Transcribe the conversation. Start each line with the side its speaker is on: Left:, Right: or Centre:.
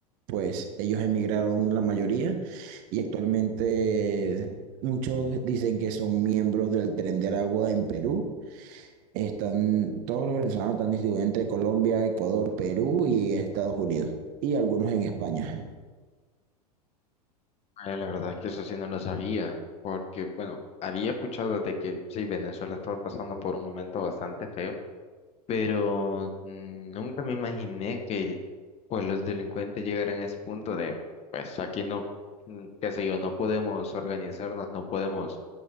Right: pues ellos emigraron la mayoría y actualmente muchos dicen que son miembros del Tren de Agua en Perú. Están, todos los venezolanos están distribuidos entre Colombia, Ecuador, Perú y Estados Unidos y algunos en España.
Left: Ah, la verdad es que eso sí no lo sabía, porque bueno, había escuchado de que sí, Venezuela estaba pasando por un momento bastante feo, pero mm, nunca me imaginé que pues los delincuentes llegaran a ese punto de, pues aquí no, mm, qué sé yo, no podemos organizarnos, no podemos